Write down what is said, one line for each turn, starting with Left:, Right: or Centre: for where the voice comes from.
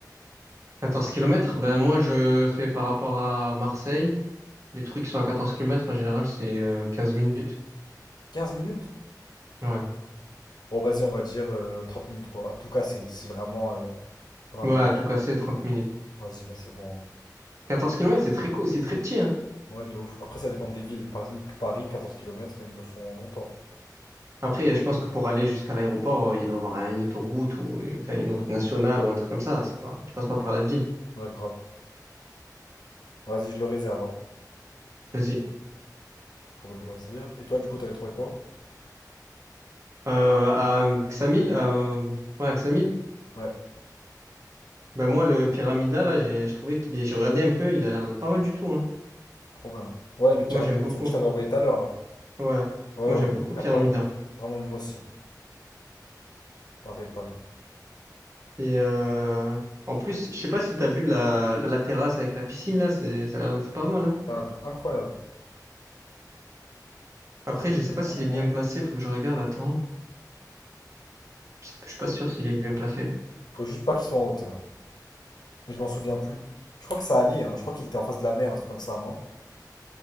Right: quatorze kilomètres ben moi je fais par rapport à Marseille. Les trucs qui sont à 14 kilomètres en général, c'est euh, 15 minutes.
Left: Quinze minutes?
Right: Ouais.
Left: Bon, vas-y, on va dire euh, 30 minutes quoi. À tout casser, si vraiment euh, ça va
Right: Ouais,
Left: mal.
Right: à tout casser, 30 minutes.
Left: Vas-y, bah c'est bon. hein.
Right: quatorze kilomètres c'est très court, c'est très petit, hein.
Left: Ouais, de ouf. Après, ça dépend des villes. Par exemple, Paris, 14 kilomètres, ils le font longtemps.
Right: Après, je pense que pour aller jusqu'à l'aéroport, euh, il doit y avoir une autoroute ou euh, enfin,
Left: Oui,
Right: une route nationale
Left: de ouf,
Right: ou un truc comme ça. C'est pas,
Left: de ouf, de
Right: tu
Left: ouf.
Right: passes pas par la ville.
Left: Ouais, grave. Vas-y, je le réserve hein,
Right: Vas-y.
Left: pour le loisir. Et toi, du coup, t'avais trouvé quoi?
Right: Euh, à Xamil, euh, ouais, à Ksamil,
Left: Ouais,
Right: Ben moi, le Pyramida, là, j'ai je trouvais qu'il est... J'ai regardé un peu, il a l'air pas mal du tout, hein.
Left: trop bien. Ouais, le pyramide,
Right: Moi, j'aime
Left: le
Right: beaucoup.
Left: truc que je t'avais envoyé tout à l'heure là.
Right: Ouais.
Left: Ouais,
Right: Moi,
Left: ouais,
Right: j'aime
Left: ouais,
Right: beaucoup
Left: il
Right: Pyramida.
Left: a l'air pas mal. Vraiment, moi aussi. Pareil, pareil.
Right: Et euh, en plus, je sais pas si t'as vu la... la la terrasse avec la piscine, là, c'est... ça a l'air d'être pas mal, hein.
Left: Ça a l'air d'être incroyable.
Right: Après,
Left: Ça me
Right: je sais pas s'il
Left: vraiment
Right: est bien placé, faut que je regarde, attends. Je sais- je suis pas sûr s'il est bien placé.
Left: Faut juste pas qu'ils soient en hauteur. Mais je m'en souviens plus. Je crois que ça allait, hein. Je crois qu'il était en face de la mer, un truc comme ça, non?